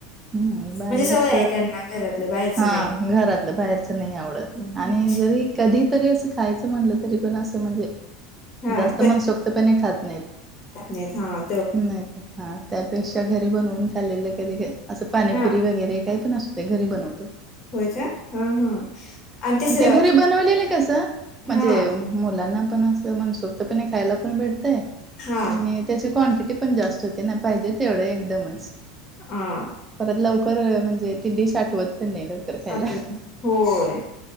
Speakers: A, on the right; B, on the left.
A: हम् बाहेरच
B: म्हणजे सवय आहे त्यांना घरातलं बाहेरचं
A: हा
B: नाही
A: घरातलं बाहेरच नाही आवडत
B: खात.
A: आणि जरी कधी तरी असं खायचं म्हणलं तरी पण असं म्हणजे
B: हा
A: जास्त मनसोक्तपणे खात नाहीत.
B: हां.
A: नाही हा त्यापेक्षा घरी बनवून खाल्लेलं कधी असं पाणीपुरी
B: हा
A: वगैरे काय पण असत ते घरी बनवतोय.
B: होय का ह हा. आणि तेच
A: आणि ते घरी बनवलेलं कसं म्हणजे
B: हा
A: मुलांना पण असं मनसोक्त त पण खायला पण भेटतंय
B: हा
A: आणि त्याची क्वांटिटी पण जास्त होते ना पाहिजे तेवढं एकदमच
B: ह
A: परत लवकर म्हणजे ती डीश आठवत पण नाही लवकर खायला
B: आठवत नाही होय.